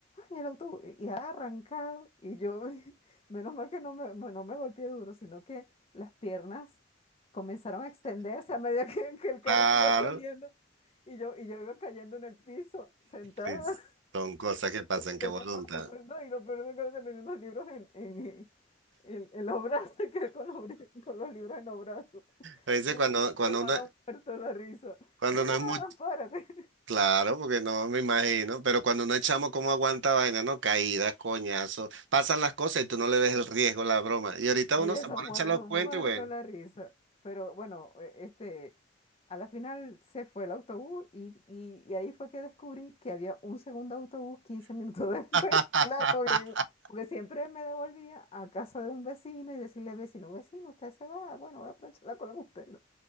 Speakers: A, on the left (about 30°); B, on the right (about 70°).
A: ¡ay, el autobús! Y ha arrancado. Y yo, <laughs> menos mal que no me, me- no me golpeé duro, sino que las piernas comenzaron a extenderse a medida <laughs> que, que el carro
B: Claro.
A: iba saliendo. Y yo, y yo iba cayendo en el piso, sentada
B: Sí, Son cosas que pasan, qué
A: tenía
B: voluntad.
A: unos- no, y lo peor de todo es que tenía unos libros en, en, en, en los brazos, <laughs> que con los, bri- con los libros en los brazos.
B: A veces
A: Y
B: cuando,
A: y
B: cuando
A: mi hermano
B: uno,
A: muerto de la risa.
B: cuando
A: Mamá,
B: no es muy
A: párate. <laughs>
B: claro, porque no me imagino, pero cuando uno es chamo, ¿cómo aguanta vaina? No, caídas, coñazos, pasan las cosas y tú no le ves el riesgo, la broma. Y ahorita
A: Mire,
B: uno se
A: esos
B: pone
A: muérganos
B: a echar los cuentos
A: muertos
B: y bueno.
A: de la risa. Pero bueno, e- este, a la final se fue el autobús y, y, y ahí fue que descubrí que había un segundo autobús 15 minutos <laughs> después.
B: <laughs>
A: Claro, porque siempre me devolvía a casa de un vecino y decirle, al vecino, vecino, usted se va, bueno, voy a aprovechar la cola con usted. ¿no?